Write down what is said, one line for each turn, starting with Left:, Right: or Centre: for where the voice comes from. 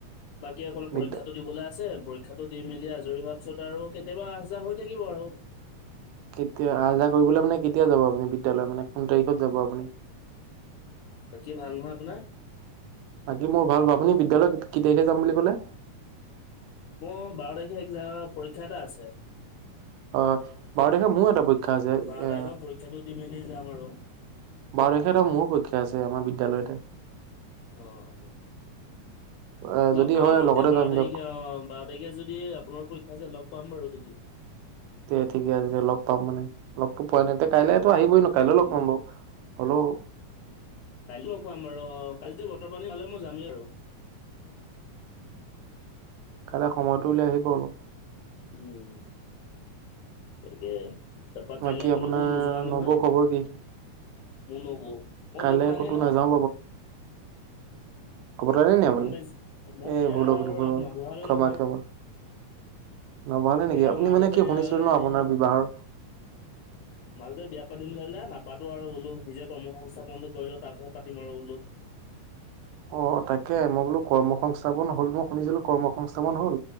Left: বাকী অকল
Right: বিদ্যা
Left: পৰীক্ষাতো দিবলৈ আছে পৰীক্ষাটো দি মেলি আজৰি হোৱাৰ পিছত আৰু কেতিয়াবা আহ যাহ হৈ থাকিব আৰু
Right: কেতিয়া আহ যাহ কৰিবলৈ মানে কেতিয়া যাব আপুনি বিদ্যয়ালয়ত মানে কোন তাৰিখত যাব আপুনি
Left: বতিে ভাল নহয় আপোনাৰ
Right: বাকী মোৰ ভাল প আপুনি বিদ্যালয়ত কি তাৰিখে যাম বুলি ক'লে
Left: মোৰ বাৰ তাৰিখে একজ পৰীক্ষা এটা আছে
Right: আহ বাৰদেশে মোৰো এটা পেক্ষা আছে এ
Left: বাৰ তাৰিখৰ পৰীক্ষাটো দি মেলি যাম আৰু।
Right: বাৰ তাৰিে এটা মোৰো পৰীা আছে আমাৰ বিদ্যালয়তে
Left: অ অ
Right: এ
Left: লগ
Right: যদি
Left: পাম
Right: হয়
Left: ৰ
Right: লগতে
Left: এতিয়া বাৰ
Right: যাম
Left: তাৰিখে
Right: দিয়ক
Left: অ বাৰ তাৰিখে যদি আপোনাৰ পৰীক্ষা যে লগ পাম বাৰু তেতিয়া
Right: তে ঠিকে আছে দে লগ পাম মানে লগতটো পোৱা নাই তে কাইলেতো আহিবই নো কাইলে
Left: উম
Right: লগ পাম বৌ হেল্ল'
Left: কাইি লগ কাম বাৰু অ কালি যে বতৰ পানী খালে মই যামেই আৰু
Right: কাইলৈ সময়টো উলিয়াই আহিব অলপ
Left: উম তাকে তাৰপা
Right: বাকী
Left: কাইলৈ ক'লেো
Right: আপোনাৰ
Left: নোযোৱা
Right: নবৌ
Left: নহয়
Right: খবৰ কি
Left: মনবো মই
Right: কাইলৈ
Left: বিয়াব গানে
Right: ক'তো
Left: নহয়
Right: নাযাওঁ কবৰ ল নাই ন আপুনি
Left: গম পাইছো মই
Right: এই
Left: বিয়া
Right: ভুল হক
Left: বাৰু
Right: ভুল
Left: আগ
Right: হক
Left: নবহালো
Right: ক্ষমা
Left: নহয়
Right: কপ নবহালে
Left: সেয়া
Right: নেকি আপুনি
Left: মাজতে
Right: মানে কি শুনিছিলে
Left: এই
Right: ন আপোনাৰ বিবাহৰ
Left: মালে বিয়া পাতিম বুলি হ'লে দে নাপাতো আৰু বোলো নিজে কৰ্ম সংস্থাপনটো কৰিলো তাৰ পিছত পাতিম আৰু বোলো
Right: অ তাকে মই বোলো কৰ্ম সংস্থাপন হল মই শুনিছিলো কৰ্ম সংস্থাপন হল